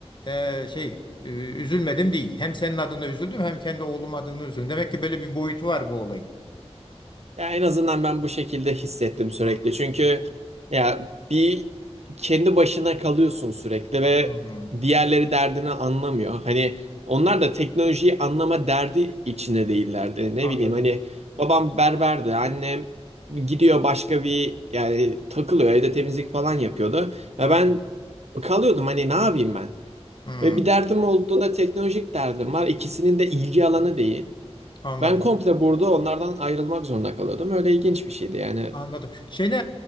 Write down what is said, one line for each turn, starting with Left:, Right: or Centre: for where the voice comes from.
Left: e, şey e, üzülmedim değil. Hem senin adına üzüldüm hem kendi oğlum adına üzüldüm. Demek ki böyle bir boyutu var bu olayın.
Right: Ya en azından ben bu şekilde hissettim sürekli.
Left: Hmm,
Right: Çünkü ya bir kendi başına kalıyorsun sürekli ve
Left: hmm,
Right: diğerleri derdini anlamıyor. Hani onlar da teknolojiyi anlama derdi içinde değillerdi. Ne
Left: anladım.
Right: bileyim hani babam berberdi, annem gidiyor başka bir yani takılıyor evde temizlik falan yapıyordu ve
Left: Anladım.
Right: ben kalıyordum hani ne yapayım ben?
Left: Hmm,
Right: Ve bir derdim olduğunda teknolojik derdim var. İkisinin de ilgi alanı değil.
Left: anladım.
Right: Ben komple burada onlardan ayrılmak zorunda kalıyordum. Öyle ilginç bir şeydi yani.
Left: Anladım. Şeyde